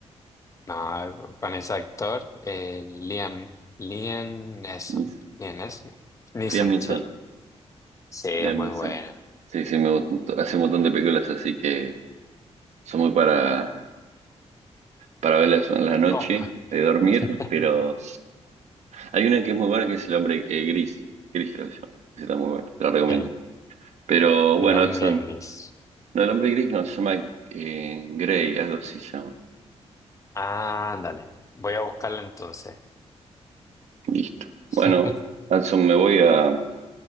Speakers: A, on the left (about 25°); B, on the right (about 75°).
A: No, con ese actor, eh, Liam, Liam Neeson,
B: Mis,
A: Liam Neeson, Neeson,
B: Liam Neeson,
A: sí, sí, es
B: Liam
A: muy
B: Neeson.
A: bueno.
B: Sí, sí, me, gust- hace un montón de películas así que son muy para, para verlas en la noche,
A: ¿Cómo?
B: de dormir,
A: <laughs>
B: pero hay una que es muy buena que es El Hombre eh, Gris. Gris creo que se llama. Esa Está muy buena, la recomiendo.
A: El-
B: Pero bueno,
A: El hambre
B: Hudson,
A: gris.
B: no, El Hombre Gris no, se llama eh, Grey, algo así se llama.
A: Ándale. Voy a buscarla entonces.
B: Listo. Bueno,
A: <laughs>
B: Hudson, me voy a, me